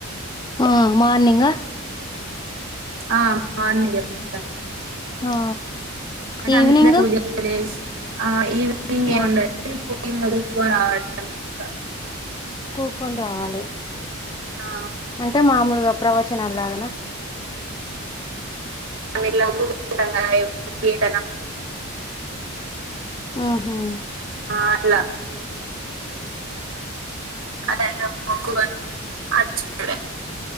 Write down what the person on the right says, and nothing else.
ఆ మార్నింగ్ చెప్తారు
అంటే
అందరూ పూజ చేసి ఆ ఈవనింగ్ ఏముండాదు
కూడా రావడం ఇంకా
ఆ,
వెళ్ళి కూకుంటాం కదా ఎవరికి ఏటనా
అట్లా అదెలా మోకు కొని అని అచ్చూడే